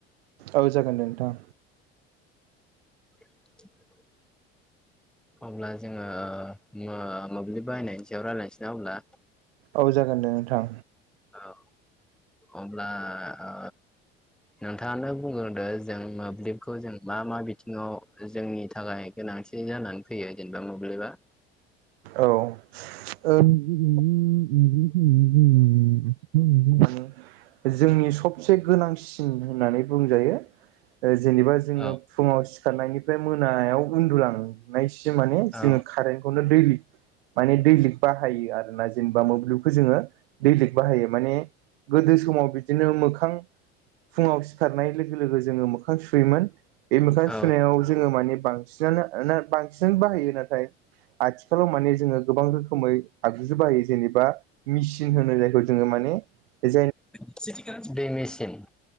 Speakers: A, on the right; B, in the centre.
A: औ जागोन दे नोंथां।
B: <inaudible> अब्ला जोङो जोङो मोब्लिब बाहायनायनि सायाव रायज्लायनोसै ना अब्ला।
A: औ जागोन दे नोंथां।
B: औ अब्ला ओ नोंथाङानो बुंग्रोदो। जों मोब्लिबखौ जों मा मा बिथिङाव जोंनि थाखाय गोनांथि जानानै फैयो जेनेबा मोब्लिबा।
A: औ ओ <unintelligible> <unintelligible> जोंनि सबसे गोनांसिन होननानै बुंजायो। ओ जेनेबा जोङो
B: औ
A: फुङाव सिखारनायनिफ्राय मोनायाव उन्दुलां नाइसिम माने
B: औ
A: जोङो कारेन्टखौनो दैलि माने दैलिग बाहायो आरोना जेनेबा मोब्लिबखौ जोङो दैलिग बाहायो माने गोदो समाव बिदिनो मोखां फुङाव सिखारनाय लोगो लोगो जोङो मोखां सुयोमोन। बे मोखां
B: औ
A: सुनायाव जोङो माने बां सिनायनो ओ ना बांसिन बाहायो। नाथाय आथि खालाव माने जोङो गोबां रोखोमै आगजुबो बाहायो जेनेबा मेसिन होनो जायखौ जोङो माने जाय
B: <unintelligible> बे मेसिन।